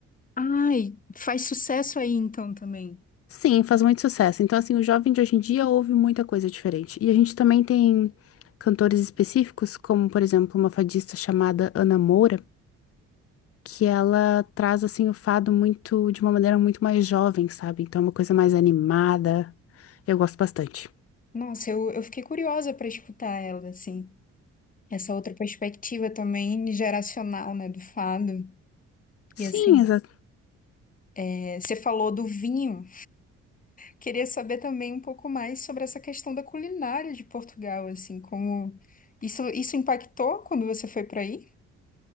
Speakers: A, on the left; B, on the left.
A: Ai, faz sucesso aí então também.
B: Sim, faz muito sucesso. Então, assim, o jovem de hoje em dia ouve muita coisa diferente. E a gente também tem cantores específicos, como, por exemplo, uma fadista chamada Ana Moura, que ela traz assim o fado muito de uma maneira muito mais jovem, sabe? Então é uma coisa mais animada. Eu gosto bastante.
A: Nossa, eu, eu fiquei curiosa para escutar ela, assim. Essa outra perspectiva também geracional, né, do fado.
B: Sim,
A: E assim,
B: exa-
A: é, você falou do vinho. Queria saber também um pouco mais sobre essa questão da culinária de Portugal, assim, como isso, isso impactou quando você foi para aí?